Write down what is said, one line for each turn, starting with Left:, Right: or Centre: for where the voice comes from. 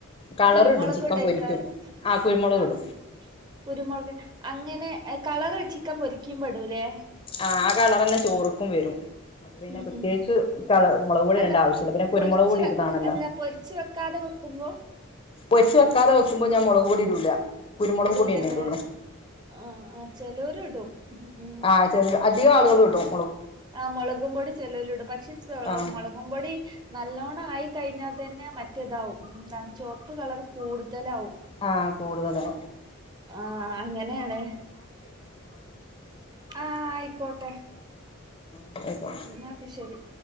Left: കളർ
Right: കുരുമുളക്
Left: ഇടും ചിക്കൻ
Right: ഇടയ്ക്കാര്
Left: പൊരിക്കുമ്പോ കുരുമുളക്
Right: ആ
Left: ഇടും
Right: കുരുമുളക് അങ്ങനെ കളറ് ചിക്കൻ പൊരികുമ്പടൂലേ
Left: ആ ആ കളറന്നെ ചോറുക്കും വരും അപ്പ പിന്നെ
Right: ഉം
Left: പ്രത്യേകിച്ച്
Right: ഉം
Left: കള മൊളക് പൊടി
Right: അല്ല
Left: ഇടേണ്ട ആവശ്യല്ല
Right: പൊ-
Left: പിന്നെ കുരുമുളക്
Right: പൊരിച്ച്
Left: പൊടി
Right: വെ-
Left: ഇട്താണല്ലോ
Right: അല്ല പൊരിച്ച് വെക്കാതെ വെക്കുമ്പോ
Left: ഒയ്ച്ച് വെക്കാതെ വെക്കുമ്പോ ഞാൻ മൊളക് പൊടി ഇടൂല കുരുമുളക്
Right: ഇടൂലലേ
Left: പൊടിയന്നെ ഇടുള്ളൂ
Right: ആ ആ ചെലോര്ടും ഉം
Left: ആ ചെറിയ അധികം ആള്കള്ടും
Right: ആഹ മൊളകും പൊടി ചെലോലിടും പച് <unintelligible>
Left: ആ
Right: മൊളകുംമ്പൊടി നല്ലോണം ആയി കഴിഞ്ഞാ തന്നെ മറ്റേതാവും എന്താണ് ചുവപ്പ് കളർ കൂടുതലാവും
Left: ആ കൂടുതലാ.
Right: ആ അങ്ങനെയാണ്. ആ ആയിക്കോട്ടെ.
Left: ആ ആയിക്കോട്ടെ
Right: എന്ന്നാ പി ശെരി.